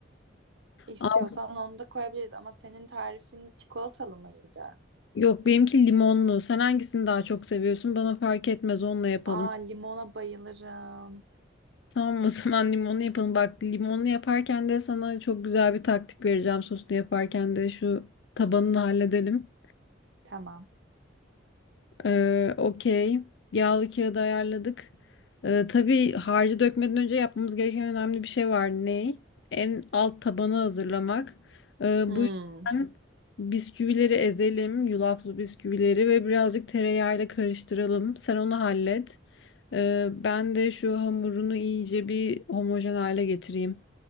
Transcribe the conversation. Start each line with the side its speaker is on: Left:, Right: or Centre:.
Right: İstiyorsan
Left: Aa,
Right: onu da koyabiliriz ama senin tarifin çikolatalı mıydı?
Left: Yok benimki limonlu. Sen hangisini daha çok seviyorsun? Bana fark etmez onunla yapalım.
Right: Aa, limona bayılırım.
Left: Tamam o zaman limonlu yapalım. Bak limonlu yaparken de sana çok güzel bir taktik vereceğim. Soslu yaparken de şu tabanını halledelim.
Right: Tamam.
Left: Ee, okey. Yağlı kağıdı ayarladık. Ee, tabii harcı dökmeden önce yapmamız gereken önemli bir şey var. Ne? En alt tabanı hazırlamak. Ee,
Right: Hmm,
Left: bu yüzden bisküvileri ezelim. Yulaflı bisküvileri ve birazcık tereyağıyla karıştıralım. Sen onu hallet. Ee, ben de şu hamurunu iyice bir homojen hale getireyim.